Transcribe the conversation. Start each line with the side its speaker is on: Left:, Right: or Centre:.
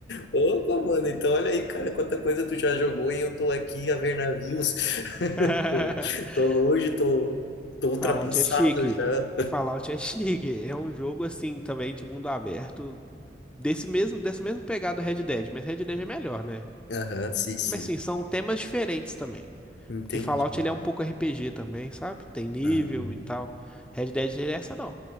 Left: Opa, mano, então olha aí, cara, quanta coisa tu já jogou e eu tô aqui a ver navios. <laughs>
Centre: <laughs>
Left: Tô, tô longe, tô, tô ultrapassado
Centre: Fallout é chique.
Left: já.
Centre: Fallout é chique. É um jogo assim também de mundo aberto, desse mesmo, dessa mesma pegada do Red Dead, mas Red Dead é melhor, né?
Left: Aham, sim, sim.
Centre: Mas sim, são temas diferentes também.
Left: Entendi.
Centre: Porque Fallout ele é um pouco RPG também, sabe? Tem nível
Left: Ah,
Centre: e tal. Red Dead ele é essa não.